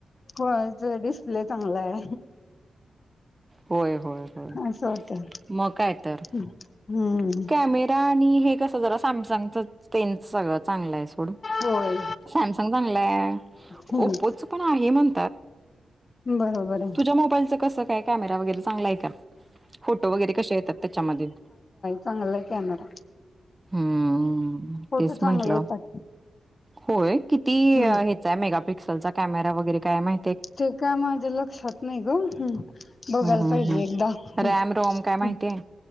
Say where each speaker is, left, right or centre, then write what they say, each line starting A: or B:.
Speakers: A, on the left; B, on the right.
A: कोणाचा डिस्प्ले चांगलाय
B: होय होय होय
A: ह अस होतंय
B: मग काय तर
A: हम्म
B: कॅमेरा आणि हे कस जरा सॅमसंगच तेन सगळं चांगलाय सोड
A: होय
B: सॅमसंग चांगलाय
A: हम्म
B: ओप्पोच पण आहे म्हण
A: बरोबर आहे.
B: तुझ्या मोबाईलच कस काय कॅमेरा वगैरे चांगलाय का फोटो वगैरे कशे येतात त्याच्यामध्ये
A: चांगलाय कॅमेरा
B: हम्म
A: फोटू
B: तेच
A: चांगले
B: म्हंटलं
A: येतात
B: होय किती
A: हम्म.
B: हेचा मेगा पिक्सल चा कॅमेरा वगैरे काय माहि
A: ते काय माझे लक्षात नाही ग बघायला
B: हम्म हम्म
A: पाहिजे
B: हम्म
A: एकदा हम्म
B: रॅम रोम काय माहितीय